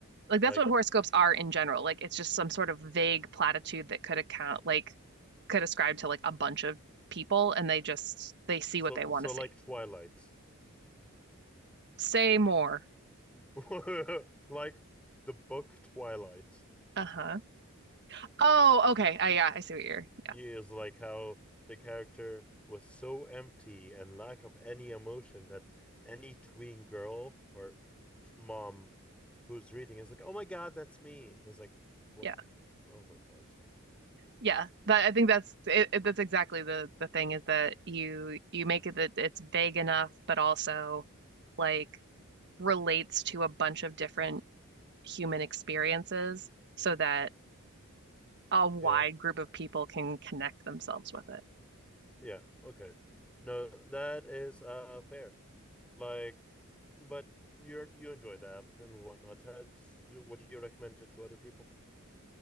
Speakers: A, on the right; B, in the centre.
A: Like that's
B: Like
A: what horoscopes are in general. Like it's just some sort of vague platitude that could account like could ascribe to like a bunch of people and they just they see
B: so,
A: what they want
B: so
A: to
B: like
A: see.
B: Twilight,
A: Say more.
B: <laughs> like the book Twilight.
A: Uh-huh. Oh, okay. I yeah, I see what you're. Yeah.
B: years, like how the character was so empty and lack of any emotion that any tween girl or mom who's reading is like, oh my god, that's me. It's like, what?
A: Yeah.
B: Oh my god.
A: Yeah. That I think that's it, it- that's exactly the the thing is that you you make it that it's vague enough but also like relates to a bunch of different human experiences so that a wide
B: Yeah,
A: group of people can connect themselves with it.
B: yeah, okay. No, that is uh fair. Like, but you're you enjoy the app and whatnot. That's- Would you recommend it to other people?